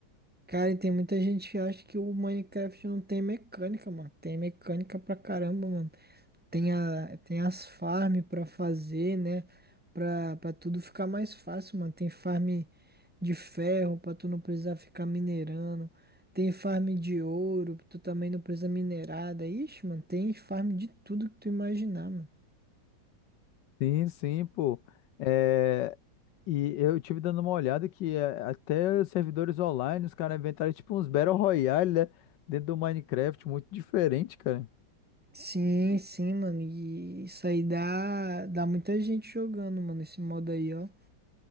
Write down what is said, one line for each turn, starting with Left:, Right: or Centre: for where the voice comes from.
Centre: Cara, e tem muita gente que acha que o Minecraft não tem mecânica, mano. Tem mecânica pra caramba, mano. Tem, a, tem as farm pra fazer, né? Pra, pra tudo ficar mais fácil, mano. Tem farm de ferro pra tu não precisar ficar minerando. Tem farm de ouro, tu também não precisa minerar. Daí, Ixi, mano, tem farm de tudo que tu imaginar, mano.
Left: Sim, sim, pô. É, e eu tive dando uma olhada que é, até os servidores online, os caras inventaram tipo uns Battle Royale, né? Dentro do Minecraft, muito diferente, cara.
Centre: Sim, sim, mano. E isso aí dá, dá muita gente jogando, mano, esse modo aí, ó.